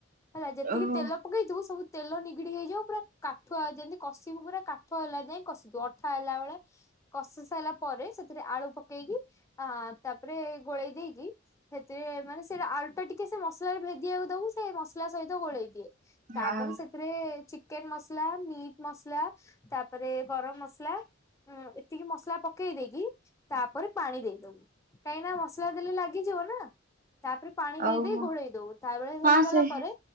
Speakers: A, on the left; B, on the right.
A: ହେଲା ଯେତିକି
B: ଓହୋ
A: ତେଲ ପକେଇଥିବୁ ସବୁ ତେଲ ନିଗିଡି ହେଇଯିବ ପୁରା କାଠୁଆ ଯେମିତି। କଷିବୁ ପୁରା କାଠ ହେଲା ଯାଏ କଷିବୁ ଅଠା ହେଲା ବେଳେ। କଷି ସାରିଲା ପରେ ସେଥିରେ ଆଳୁ ପକେଇକି ଆ ତାପରେ ଗୋଳେଇ ଦେଇକି। ସେଥିରେ ମାନେ ସେଟା ଆଳୁଟା ଟିକେ ସେ ମସଲାରେ ଭେଦିବାକୁ ଦବୁ ସେ ମସଲା ସହିତ ଗୋଳେଇ ଦିଏ।
B: ହଁ
A: ମାନେ ସେ ଥିରେ ଚିକେନ ମସଲା ମିଟ୍ ମସଲା ତାପରେ ଗରମ ମସଲା ଉଁ। ଏତିକି ମସଲା ପକେଇ ଦେଇକି ତା। ପରେ ପାଣି ଦେଇଦବୁ କାହିଁକିନା ମସଲା ଦେଲେ ଲାଗିଯିବ ନା ତାପରେ। ପାଣି ଦେଇ
B: ଓହୋ
A: ଦେଇେ ଘୋଡେଇ ଦବୁ ତା ବଳେ ହେଇଗଲା
B: ହଁ ସେ
A: ପରେ